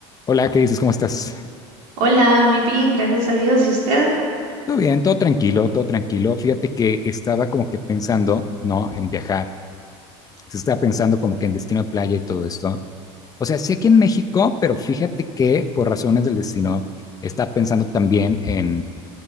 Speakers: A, on the left; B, on the right.
A: Hola, ¿qué dices? ¿Cómo estás?
B: Hola, muy bien, gracias a Dios. ¿Y usted?
A: Todo bien, todo tranquilo, todo tranquilo. Fíjate que estaba como que pensando, ¿no? En viajar. Se Estaba pensando como que en destino de playa y todo esto. O sea, sí aquí en México, pero fíjate que por razones del destino, estaba pensando también en